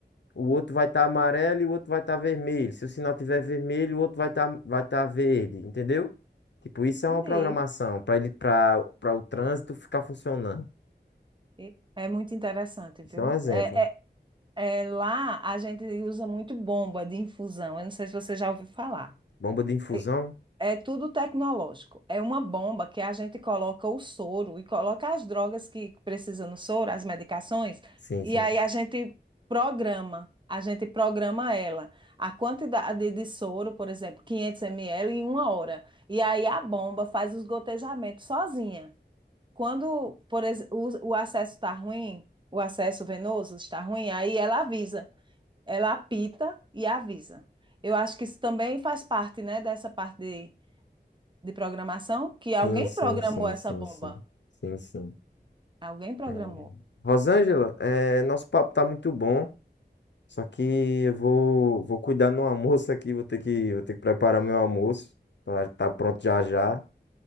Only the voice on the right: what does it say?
Entendi.
E É muito interessante, viu?
É, é É, lá a gente usa muito bomba de infusão. Eu não sei se você já ouviu falar.
É, é tudo tecnológico. É uma bomba que a gente coloca o soro e coloca as drogas que precisam no soro, as medicações,
e
aí a gente programa. A gente programa ela. A quantidade de soro, por exemplo, 500 ml em uma hora. E aí a bomba faz os gotejamentos sozinha. Quando, por ex- o o acesso está ruim, o acesso venoso está ruim, aí ela avisa ela apita e avisa. Eu acho que isso também faz parte, né, dessa parte de, de programação, que
alguém
programou
essa
bomba.
Alguém programou.